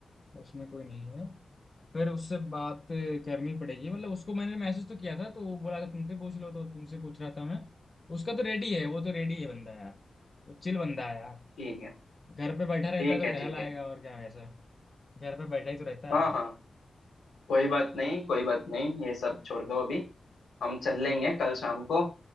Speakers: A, on the left; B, on the left.
A: उसमें कोई नहीं है फिर उससे बात करनी पड़ेगी मतलब उसको मैंने मैसेज तो किया था तो वो बोला था तुमसे पूछ लो तो तुमसे पूछ रहा था मैं उसका तो रेडी है वो तो रेडी है बंदा यार वो चिल बंदा है यार
B: ठीक है
A: घर पे बैठा रहता
B: ठीक
A: है
B: है
A: तो टहल
B: ठीक
A: आएगा
B: है
A: और क्या वैसा घर पे बैठा ही तो रहता
B: हाँ
A: है
B: हाँ कोई बात नहीं कोई बात नहीं ये सब छोड़ दो अभी हम चल लेंगे कल शाम को